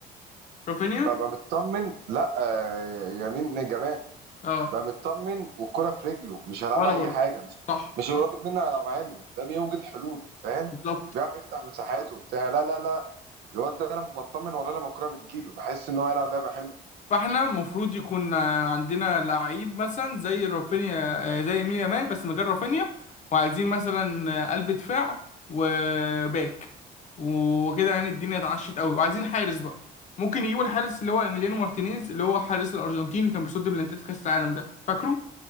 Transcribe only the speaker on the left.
رافينيا
اه
وانا
برضه
صح
صح
بالظبط
فاحنا المفروض يكون عندنا لعيب مثلا زي رافينيا آه، زي مين يامال بس مكان رافينيا وعايزين مثلا قلب دفاع وباك وكده يعني الدنيا اتعشت قوي وعايزين حارس بقى ممكن يجيبوا الحارس اللي هو ايميليانو مارتينيز اللي هو حارس الارجنتين اللي كان بيصد بلانتات في كاس العالم ده فاكره